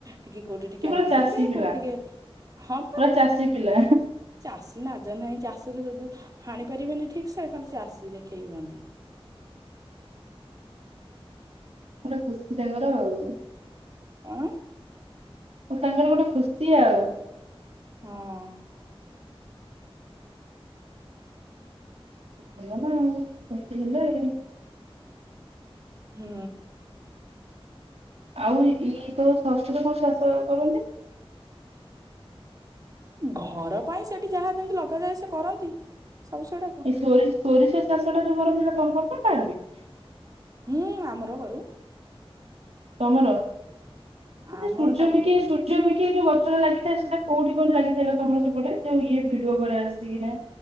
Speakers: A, on the right; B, on the right.
A: ଟିକେ କୋଉଠି ଟିକେ
B: ସେ ପୁରା
A: ହାଣିଦ
B: ଚାଷୀ ପିଲା
A: କୋଉଠି ଟିକେ ହଁ ବା।
B: ପୁରା ଚାଷୀ ପିଲା
A: ଚାଷୀ ନାଜ ନାହିଁ ଚାଷରେଦୁ ହାଣି ପାରିବେନି ଠିକ ସେ ଖାଲି ସ ଖସି ଦେଖେଇ ହୁହନ୍ତି।
B: ମଟେ ଖୁସି ତାଙ୍କର ଆଉ।
A: କଣ?
B: ମୁଁ ତାଙ୍କର ଗୋଟେ ଖୁସି ଆଉ।
A: ହଁ।
B: ଭଲ ନା ଆଉ ସେତି ହେଲେ ଆ
A: ହୁଁ।
B: ଆଉ ଇଏ ତ ଷଷ୍ଠରେ କୋଉୁ ଚାଷ ବାସ କରନ୍ତି।
A: ଘର ପାଇଁ ସେଠି ଯାହା ଯେମିତି ଲଗାଯାଏ ସେ କରନ୍ତି ସବୁ ସେଟା।
B: ଏ ସୋରି ସୋରିଷ ଚାଷ ଟା ଯୋଉ କରନ୍ତି ନା ତଣ କରନ କାଢିବି <unintelligible>
A: ହୁଁ ଆମର କରୁ।
B: ତମର
A: ଆମର
B: ସୂର୍ଯ୍ୟ
A: ସବୁ
B: ଘେରିକି
A: କରୁ
B: ସୂ ଯଉ ଭେଡ଼ିଓ ଅ ଟି ଗଛରେ ଲାଗିଥାଏ ସେଇଟା କୋଉଠି କନି ଲାଗିଥାଏ ତମ ସେପଟେ ଯେଉ ଇଏ ଭିଡିଓ କରେ ଆସିକିରା।